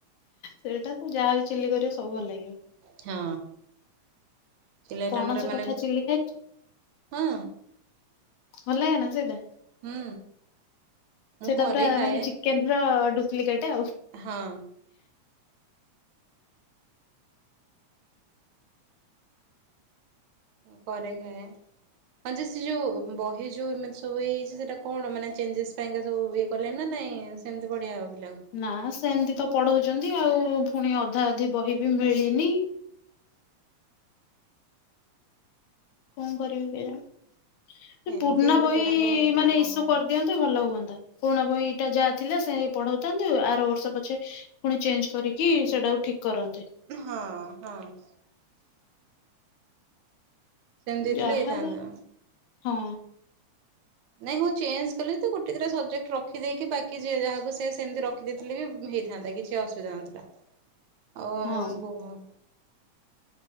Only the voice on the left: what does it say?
ସେଇଟା ତ ଯାହା ବି ଚିଲି କରିବ ସବୁ ଭଲ୍ ଲାଗିବ।
ପଣସ
କଠା ଚିଲି ଖାଇଛ?
ଭଲ ଲାଗେ ନା ସେଇଟା?
ସେଟା
ପୁରା
ମାନେ ଚିକେନ୍ ର ଡୁପ୍ଲିକେଟ୍ ଆଉ।
ନା ସେମତି ତ ପଢ଼ଉ ଚନ୍ତି ଆଉ ଫୁଣି ଅଧା ଅଧି ବହି ବି ମିଳିନି। କଣ କରିବେ କେଜାଣି? ଏଇ
ପୁରୁଣା
ବହି
ମାନେ
ଇସୁ
କରିଦିଅନ୍ତେ ଭଲ ହୁଅନ୍ତା ପୁରୁଣା ବହି ଟା ଯା। ଥିଲା ସେଇଆ ପଢଉଥାନ୍ତୁ ଆର ବର୍ଷ ପଛେ ଫୁଣି ଚେଞ୍ଜ କରିକି ସେଟାକୁ ଠିକ। କରନ୍ତେ
ଯାହା
ହଁ।
ହଁ